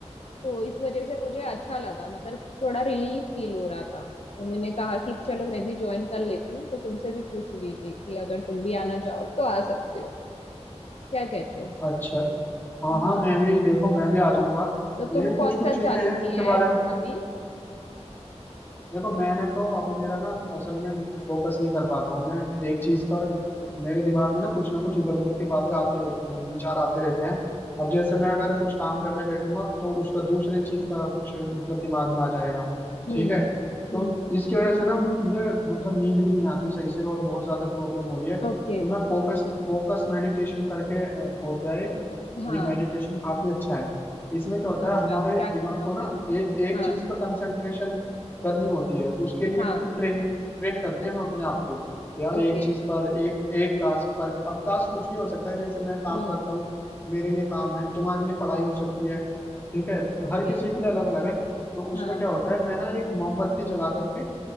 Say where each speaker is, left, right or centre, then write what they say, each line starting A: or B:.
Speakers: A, on the left; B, on the left.
A: तो इस वजह से मुझे अच्छा लगा मतलब थोड़ा रिलीफ फील हो रहा था तो मैंने कहा कि चलो मैं भी ज्वाइन कर लेती हूँ तो तुमसे भी पूछ रही थी कि अगर तुम भी आना चाहो तो आ सकते हो क्या कहते हो
B: अच्छा हाँ हाँ
A: हाँ
B: मैं भी देखो मैं भी आ जाऊंगा
A: तो
B: लेकिन
A: तुम
B: कुछ
A: कौन
B: कुछ
A: सा
B: चीजें
A: चालू
B: हैं जिनके
A: किया है
B: बारे में
A: अभी
B: देखो मैंने तो अभी मेरा ना असल में फोकस नहीं कर पाता हूँ मैं एक चीज पर मेरे दिमाग में ना कुछ ना कुछ इधर उधर की बातें आती रहती हैं विचार आते रहते हैं अब जैसे मैं अगर कुछ काम करने बैठूंगा तो उसका दूसरे चीज का कुछ मतलब दिमाग में आ जाएगा
A: हम्म
B: ठीक है तो
A: हम्म
B: इसकी वजह से ना मु- मुझे मतलब नींद भी नहीं आती सही से और बहुत ज्यादा प्रॉब्लम हो रही है
A: ओके
B: तो मैं फोकस फोकस मेडिटेशन करके अ, होता है
A: हाँ
B: ये मेडिटेशन काफी अच्छा है इसमें क्या होता
A: अच्छा
B: है हमारे
A: क्या
B: दिमाग
A: करना होता
B: को ना
A: है
B: ए, एक
A: हाँ
B: चीज पर कंसंट्रेशन करनी होती है उसके लिए
A: हाँ
B: मतलब ट्रेन ट्रेन करते हैं हम अपने आप को यार
A: ओके
B: एक चीज पर एक एक टास्क पर अब टास्क कुछ भी हो सकता है जैसे मैं काम
A: हम्म
B: करता हूँ मेरे लिए काम है तुम्हारे लिए पढ़ाई हो सकती है ठीक है कि
A: ओके
B: हर किसी के लिए अलग अलग है तो उसमें
A: हाँ
B: क्या होता है मैं ना एक मोमबत्ती जला करके